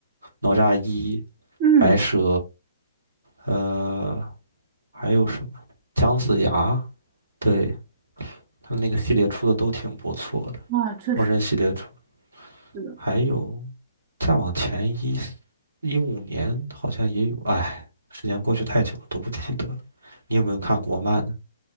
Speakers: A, on the right; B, on the right.
A: 《哪吒一》、
B: 嗯
A: 《白蛇》，呃，还有什么《姜子牙》？对，他那个系列出的都挺不错的，
B: 啊，确实
A: 《封神》系列出，
B: 是的，
A: 还有再往前一一五年好像也有，哎，时间过去太久了，都不记得了。你有没有看国漫呢？